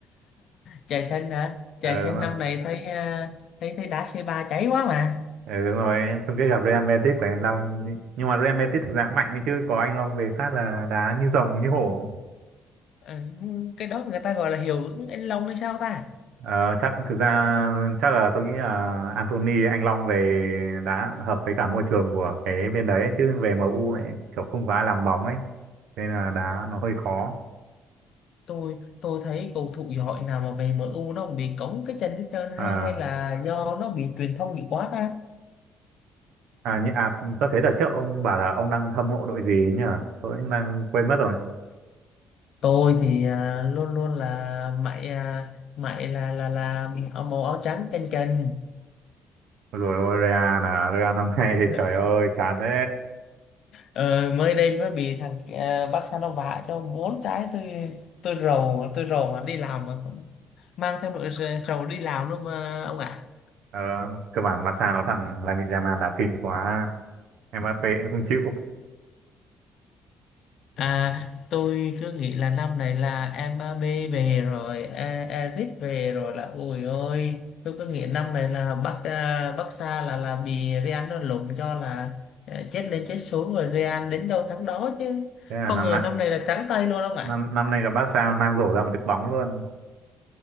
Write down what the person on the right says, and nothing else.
Ờ,
đúng rồi,
Ờ, đúng rồi. chung kết gặp Real Madrid của anh Long. Nhưng mà Real Madrid thực ra cũng mạnh ấy chứ, có anh Long về phát là đá như rồng như hổ.
Ờ, chắc thực ra chắc là tôi nghĩ là Anthony anh Long về đá hợp với cả môi trường của cái bên đấy ấy, chứ về MU ấy, kiểu không có ai làm bóng ấy, nên là đá nó hơi khó.
Ờ
À, như à tôi thấy đợt trước ông bảo là ông đang hâm mộ đội gì ấy nhỉ? Tôi cũng đang quên mất rồi.
Rồi ôi Real à, Real năm nay
<laughs> trời ơi chán thế.
Ờ, cơ bản Barca nó thằng Lamine Yamal là kinh quá. Mbappé cũng không chịu.
Thế là
năm
nay
năm năm nay gặp Barca mang rổ ra một đứt bóng luôn.